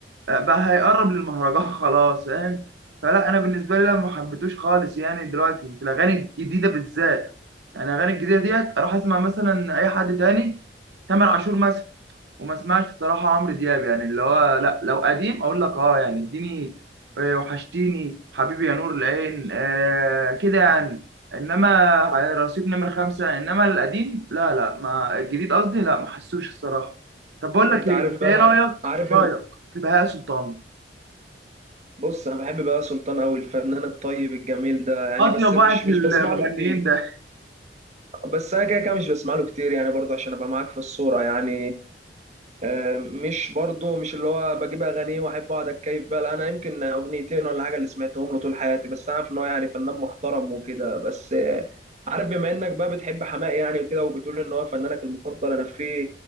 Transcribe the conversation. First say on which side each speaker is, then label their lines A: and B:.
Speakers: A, on the right (about 75°); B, on the right (about 40°).
A: بقى هيقرب للمهرجان <laughs> خلاص فاهم فلا انا بالنسبه لي لا ما حبيتوش خالص يعني دلوقتي في الاغاني الجديده بالذات يعني الاغاني الجديده ديت اروح اسمع مثلا اي حد تاني تامر عاشور مثلا وما اسمعش بصراحه عمرو دياب يعني اللي هو لا لو قديم اقول لك اه يعني اديني آه، وحشتيني حبيبي يا نور العين آه كده يعني انما رصيد نمر خمسة انما القديم لا لا ما الجديد قصدي لا ما حسوش الصراحه طب بقول
B: انت
A: لك ايه
B: عارف
A: انت
B: بقى
A: ايه رايك
B: عارف بم-
A: رايك في بهاء سلطان
B: بص انا بحب بقى سلطان قوي الفنان الطيب الجميل ده يعني
A: اطيب
B: بس مش
A: واحد في
B: مش
A: المغنيين
B: بسمع له كتير
A: ده
B: بس انا كده كده مش بسمع له كتير يعني برضه عشان ابقى معاك في الصوره يعني آه، مش برضه مش اللي هو بجيب اغانيه واحب اقعد اتكيف بقى لا انا يمكن اغنيتين ولا حاجه اللي سمعتهم له طول حياتي بس انا عارف ان هو يعني فنان محترم وكده بس آه، عارف بما انك بقى بتحب حماقي يعني وكده وبتقول ان هو فنانك المفضل انا في